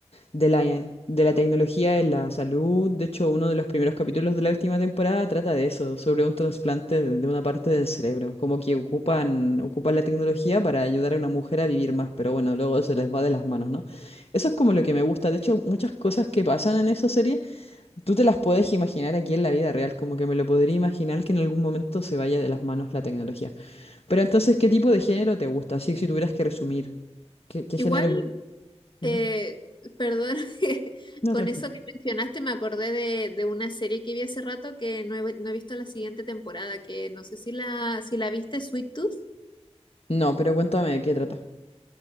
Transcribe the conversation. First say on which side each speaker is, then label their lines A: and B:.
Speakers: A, on the left; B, on the left.
A: de la, de la tecnología en la salud. De hecho, uno de los primeros capítulos de la última temporada trata de eso, sobre un trasplante de de una parte del cerebro. Como que ocupan, ocupan la tecnología para ayudar a una mujer a vivir más, pero bueno, luego se les va de las manos, ¿no? Eso es como lo
B: Mm,
A: que me gusta. De hecho, muchas cosas que pasan en esa serie. Tú te las puedes imaginar aquí en la vida real, como que me lo podría imaginar que en algún momento se vaya de las manos la tecnología. Pero entonces, ¿qué tipo de género te gusta? Así si tuvieras que resumir, ¿qué, qué
B: Igual,
A: género es?
B: eh,
A: Ujú.
B: perdón, <laughs> que
A: No,
B: con
A: tranquilo.
B: eso que mencionaste me acordé de, de una serie que vi hace rato que no he, no he visto la siguiente temporada, que no sé si la, si la viste, Sweet Tooth.
A: No, pero cuéntame de qué trata.